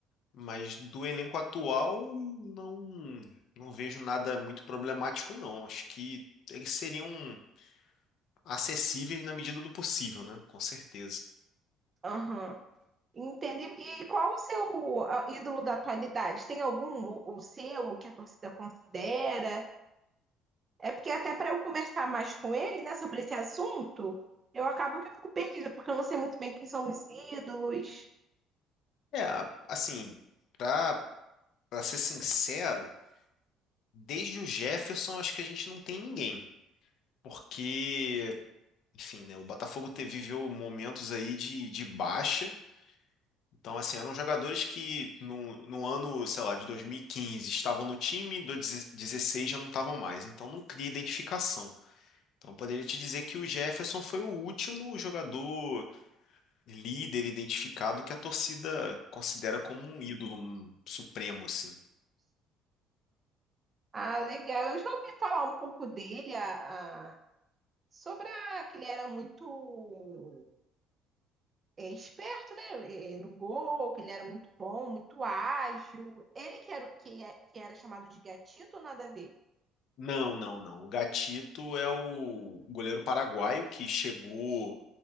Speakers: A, on the left (about 60°); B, on the right (about 25°).
A: Mas do elenco atual, não não vejo nada muito problemático, não. Acho que eles seriam acessíveis na medida do possível, né? Com certeza.
B: Aham. Entende? E qual o seu ah, ídolo da atualidade? Tem algum, ou ou seu, que a torcida considera? É porque até para eu conversar mais com ele, né, sobre esse assunto, eu acabo que eu fico perdida, porque eu não sei muito bem quem são os ídolos.
A: É, assim, pra, pra ser sincero, desde o Jefferson acho que a gente não tem ninguém. Porque Enfim, né? O Botafogo te- viveu momentos aí de, de baixa. Então, assim, eram jogadores que no, no ano, sei lá, de 2015 estavam no time, do deze- 16 já não estavam mais. Então, não cria identificação. Então, eu poderia te dizer que o Jefferson foi o último jogador líder identificado que a torcida considera como um ídolo um supremo, assim.
B: Ah, legal. Eu já ouvi falar um pouco dele, a, sobre a- que ele era muito é, esperto, né? é, No gol, que ele era muito bom, muito ágil. Ele que era, o- que, é- que era chamado de gatito, ou nada a ver.
A: Não, não, não. O Gatito é o goleiro paraguaio que chegou